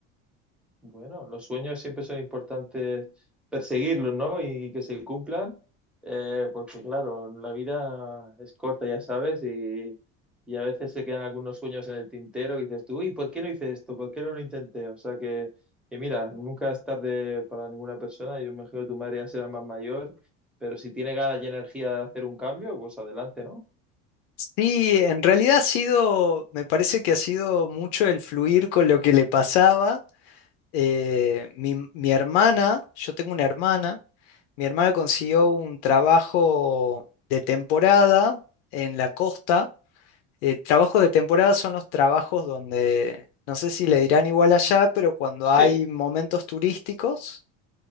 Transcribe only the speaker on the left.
Sí, en realidad ha sido, me parece que ha sido mucho el fluir con lo que le pasaba. Eh, mi, mi hermana, yo tengo una hermana, mi hermana consiguió un trabajo de temporada en la costa Eh, trabajo de temporada son los trabajos donde, no sé si le dirán igual allá, pero cuando hay
momentos turísticos,